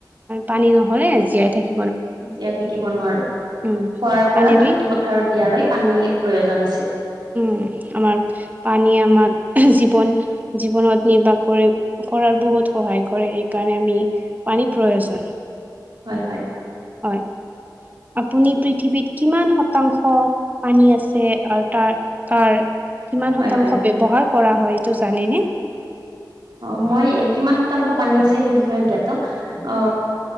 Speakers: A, on the right; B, on the right.
A: পানী নহলে জীয়াই থাকি
B: জীয়াই থাকিব নোৱাৰো
A: উম,
B: খোৱাৰ
A: পানী
B: পৰা,
A: আমি
B: খেতি -পথাৰ দিয়ালৈ পানীৰ প্ৰয়োজন আছে
A: উম আমাৰ পানীয়ে আমাক জীৱন জীৱনত নিৰ্বাস কৰি কৰাৰ বহুত সহায় কৰে সেইকাৰণে আমি পানীৰ প্ৰয়োজন
B: হয় হয়
A: হয় আপুনি পৃথিৱীত কিমান শতাংশ পানী আছে আৰু তাৰ তাৰ কিমান
B: হয়
A: শতাংশ
B: হয়
A: ব্যৱহাৰ কৰা হয় এইটো জানেনে?
B: অ মই কিমান শতাংশ পানী আছে সেই বিষয়ে জ্ঞাত অ